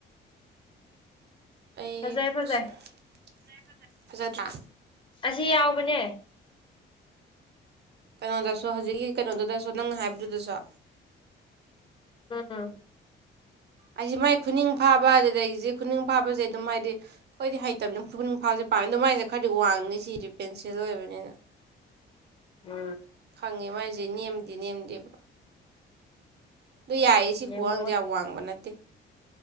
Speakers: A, on the right (about 55°); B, on the left (about 25°).
A: ꯑꯩ
B: ꯐꯖꯩ ꯐꯖꯩ
A: <unintelligible> ꯐꯖꯗ꯭ꯔꯥ <inaudible>
B: ꯑꯁꯤ ꯌꯥꯎꯕꯅꯦ
A: ꯀꯩꯅꯣꯗꯁꯨ ꯍꯧꯖꯤꯛꯀꯤ ꯀꯩꯅꯣꯗꯨꯗꯁꯨ ꯅꯪꯅ ꯍꯥꯏꯕꯗꯨꯗꯁꯨ
B: ꯑ
A: ꯑꯩꯁꯦ ꯃꯥꯏ ꯈꯨꯅꯤꯡ ꯐꯥꯕ ꯑꯗꯨꯗ ꯑꯩꯁꯦ ꯈꯨꯅꯤꯡ ꯐꯥꯕꯁꯦ ꯑꯗꯨꯝ ꯍꯥꯏꯗꯤ ꯈ꯭ꯣꯏꯗꯤ ꯍꯩꯇꯕꯅꯤ ꯈꯨꯅꯤꯡ ꯐꯥꯕꯁꯦ ꯄ ꯑꯗꯨꯃꯥꯏꯅ ꯈꯔꯗꯤ ꯋꯥꯡꯅꯤ ꯁꯤꯗꯤ ꯄꯦꯟꯁꯤꯜ ꯑꯣꯏꯕꯅꯤꯅ
B: ꯎꯝ
A: ꯈꯪꯉꯦ ꯃꯥꯏꯁꯦ ꯅꯦꯝꯗꯤ ꯅꯦꯝꯗꯦꯕ ꯑꯗꯨ ꯌꯥꯌꯦ ꯁꯤ
B: ꯅꯦꯝꯃꯣ
A: ꯈꯨ꯭ꯋꯥꯡꯗ ꯌꯥꯝ ꯋꯥꯡꯕ ꯅꯠꯇꯦ